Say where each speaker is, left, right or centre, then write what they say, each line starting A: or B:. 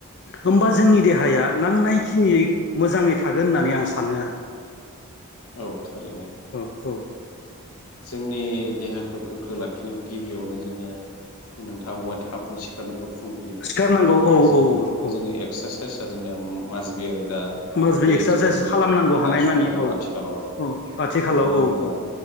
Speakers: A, on the left (about 50°); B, on the left (about 80°).
A: होमबा जोंनि देहाया नांनाय खिनियै मोजाङै थागोन होननानै आं सानो आरो।
B: औ थारैनो
A: औ औ
B: जोंनि देहाखौ गोग्गो लाखिनायाव गिबियावनो जोङो नोंथा बुंबाय थाबनो सिखारनांगौ फुंबिलियाव
A: सिखारनांगौ
B: आरो
A: औ
B: जोङो
A: औ औ
B: जोङो एक्सारसाइस जोंनिया माजबिआरेप दा
A: मास
B: बे
A: एक्सारसाइस
B: जोंनि बे
A: खालामनांगौ हानाय
B: दा समाव
A: मानि औ
B: आरो आथिखालाव आरो
A: औ आथिखालाव
B: मानो होनब्ला
A: औ औ